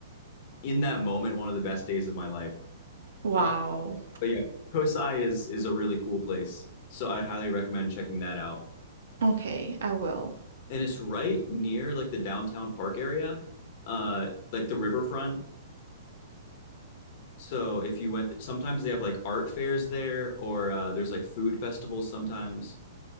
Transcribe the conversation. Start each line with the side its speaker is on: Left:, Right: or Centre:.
Left: in that moment one of the best days of my life.
Right: Wow.
Left: Uh, but yeah, Kosai is is a really cool place. So I'd highly recommend checking that out.
Right: Okay, I will.
Left: And it's right near like the downtown park area, uh, like the riverfront. So if you went, sometimes they have like art fairs there, or uh, there's like food festivals sometimes.